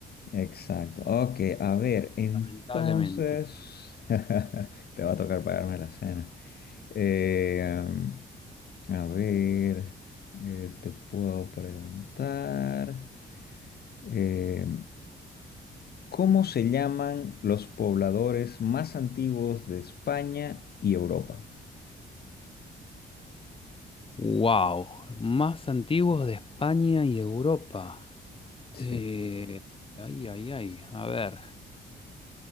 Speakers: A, on the left; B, on the left.
A: Exacto. Ok, a ver, entonces
B: lamentablemente.
A: <laughs> te va a tocar pagarme la cena. Eh, am, a ver, eh, te puedo preguntar, eh, ¿cómo se llaman los pobladores más antiguos de España y Europa?
B: Wow, más antiguos de España y Europa.
A: Sí.
B: Eh, ay, ay, ay, a ver.